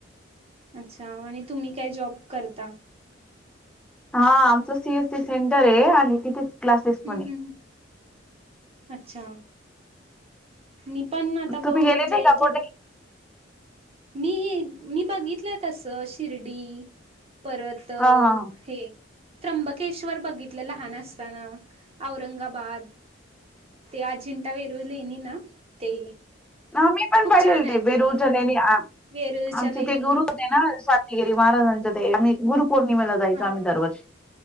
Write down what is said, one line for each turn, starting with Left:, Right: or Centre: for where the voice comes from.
Right: अच्छा आणि तुमी काय जॉब करता
Centre: हा आमच सी एस सी सेंटरय आणि तिथेच क्लासेस
Right: हम्म
Centre: पणये
Right: हम्म अच्छा मी पण आता <unintelligible>
Centre: तुम्ही
Right: म्हणजे
Centre: गेले नाही का कुठे?
Right: थोड <unintelligible> मी बघितलंय तस शिर्डी परत
Centre: हा हा
Right: हे त्र्यंबकेश्वर बगीतलं लहान असतान औरंगाबाद ते अजिंटा वेरूळलेणी ना ते
Centre: ह मी पण
Right: खूप
Centre: पाहिलेले
Right: छान आहे
Centre: ते वेरूळच्या लेणी
Right: वेरूळच्या
Centre: आमचे
Right: लेणी
Centre: ते गुरु होते ना गेली महाराजांच्या गु पौर्णिमेला जायचो
Right: हा
Centre: आम्ही दरवर्षी